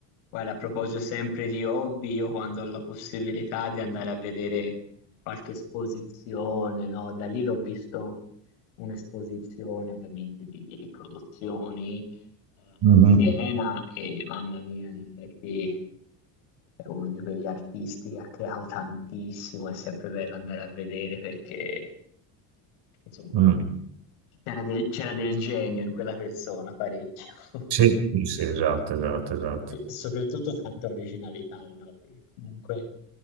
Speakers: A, on the left; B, on the right.
A: guarda, a proposito sempre di hobby, io quando ho la possibilità di andare a vedere qualche esposizione, no? Da lì l'ho visto un'esposizione ovviamente di, di riproduzioni,
B: mhm,
A: Siena e mamma mia, in effetti è uno di quegli artisti che ha creato tantissimo, è sempre bello andare a vedere perché Insomma,
B: mm.
A: c'era del, c'era del genio in quella persona, parecchio. <laughs>
B: Sì, sì, sì, esatto, esatto, esatto.
A: E soprattutto tanta originalità, no? Perché comunque